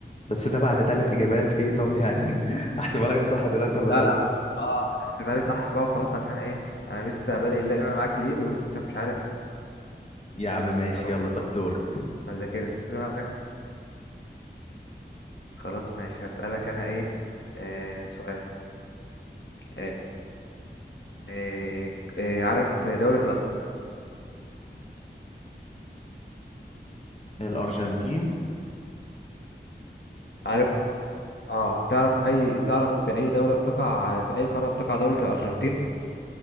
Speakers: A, on the left; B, on the left.
A: بس ده بعد ثلاث اجابات ايه طب يعني <laughs> احسبها لك صح دلوقتي ولا
B: لا
A: غلط
B: لا اه انت تحسبها لي صح بقى وخلاص عشان ايه انا لسه بادئ اللعبة معاك جديد ولسه مش عارف
A: يا عم ماشي
B: اوي
A: يلا طب دورك
B: ما ذاكرت زي ما أنا- خلاص ماشي هسألك انا ايه آه سؤال آه، إيه إيه عارف دولة الأ-
A: الأرجنتين
B: عارف اه تعرف اي تعرف في اي دولة بتقع في اي قارة بتقع دولة الأرجنتين